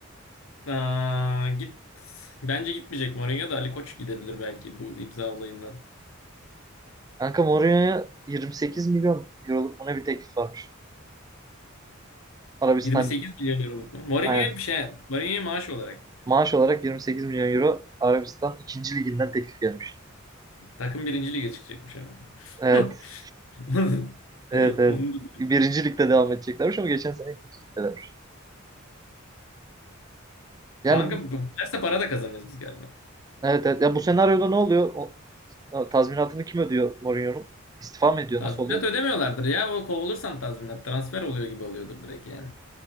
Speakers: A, on the left; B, on the right.
A: Aa, git. Bence gitmeyecek Mourinho da Ali Koç gidebilir belki bu imza olayından.
B: Kanka Mourinho'ya 28 milyon euroluk buna bir teklif varmış. Arabistan
A: 28 milyon euroluk mu? Mourinho'ya
B: aynen.
A: bir şey. Mourinho'ya maaş olarak.
B: Maaş olarak 28 milyon euro Arabistan ikinci liginden teklif gelmiş.
A: Takım birinci lige çıkacakmış ama.
B: Evet,
A: <laughs> Onu
B: evet, evet.
A: onu da duydum.
B: Birinci ligde devam edeceklermiş ama geçen sene ikinci ligdelermiş. Yani
A: Kanka
B: bu,
A: bu- derse para da kazanıyoruz biz galiba.
B: evet, evet. Ya bu senaryoda ne oluyor? O, o tazminatını kim ödüyor Mourinho'nun? İstifa mı ediyor?
A: Tazminat
B: Nasıl oluyor?
A: ödemiyorlardır ya. O kovulursan tazminat. Transfer oluyor gibi oluyordur direkt yani.